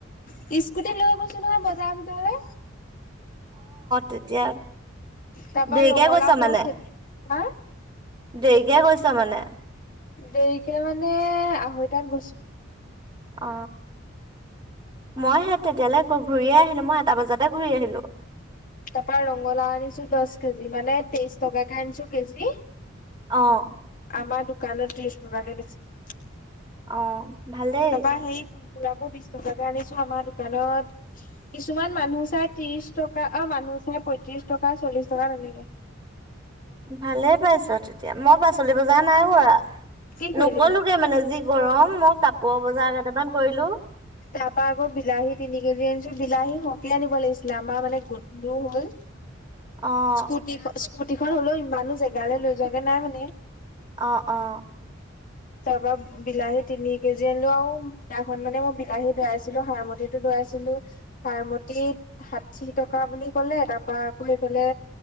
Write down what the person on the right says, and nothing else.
তেতিয়া
দেৰিকে
গৈছ
মানে
দেৰিকে গৈছ মানে
অ মই সে তেতিয়ালৈ ঘূৰিয়ে আহিলো মই এটা বজাতে ঘূৰি আহিলো।
আহ
অ'। ভালেই,
ভালে পাইছ তেতিয়া মই পাচলি বজাৰ নাই কৰা।
নকললোগে
মানে যি গৰম মই কাপোৰ বজাৰ কেইটামান কৰিলো।
আহ
আহ অ